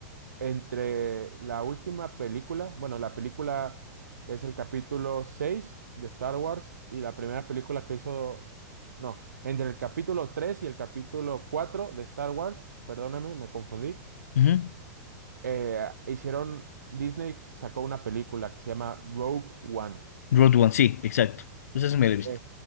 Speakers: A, on the right (about 70°); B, on the left (about 60°).
A: entre la última película, bueno, la película es el capítulo 6 de Star Wars y la primera película que hizo, no, entre el capítulo 3 y el capítulo 4 de Star Wars, perdóname, me confundí,
B: Ujú.
A: eh, hicieron, Disney sacó una película que se llama Rogue One.
B: Road One, sí, exacto. Pues eso me lo he visto.
A: Eh,